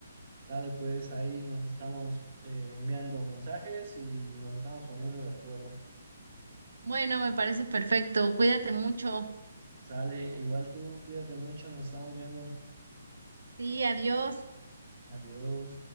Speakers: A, on the right; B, on the right.
A: Dale, pues ahí nos estamos eh, enviando mensajes y nos estamos poniendo de acuerdo.
B: Bueno, me parece perfecto. Cuídate mucho.
A: Sale, igual tú, cuídate mucho, nos estamos viendo.
B: Sí, adiós.
A: Adiós.